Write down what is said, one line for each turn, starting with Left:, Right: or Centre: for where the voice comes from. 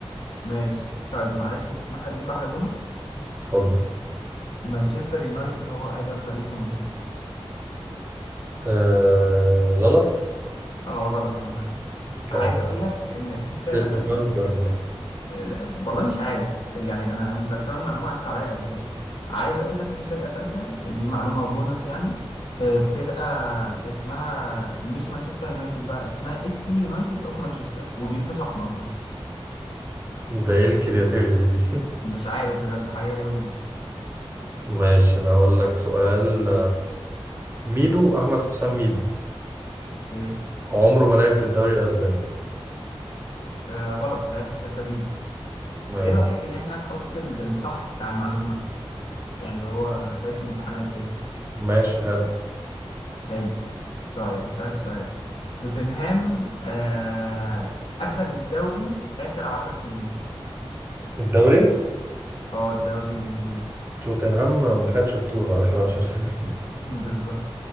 Left: ماشي طيب معلش تسمح لي اديك واحده بونص
Right: اتفضل
Left: مانشستر يونايتد هو اقدم فريق في مانشستر
Right: آه غلط
Left: اه غلط عم
Right: كان
Left: عايز اقول لك ان في فرقه
Right: ديربي
Left: ثالثه
Right: كاونتي ولا
Left: آه، والله مش عارف يعني انا بس انا المعلومه عدت عليا قبل كده عايز اقول لك في فرقه ثالثه دي معلومه بونص يعني آه، فرقه اسمها مش مانشستر يونايتد بقى اسمها اف سي يونايتد اوف مانشستر وبيلبسوا احمر برضه
Right: ده ايه الكرياتيفيتي دي
Left: مش عارف بجد حاجه غريبه جدا
Right: <laughs> ماشي انا هقول لك سؤال ميدو احمد حسام ميدو
Left: ايه
Right: عمره ما لعب في الدوري الاسباني
Left: آه غلط لعب في سيلتا فيجو
Right: ماشي
Left: ايه رايك ان احنا نحط ال- الصح بتاع المعلومه يعني اللي هو زي في الامتحانات كده
Right: ماشي حلو
Left: حلو طيب هسألك سؤال توتنهام آه أخد الدوري آخر عشر سنين
Right: الدوري
Left: اه الدوري الإنجليزي
Right: توتنهام ما ما خدش بطولة اخر عشر سنين <laughs>
Left: <laughs> بالظبط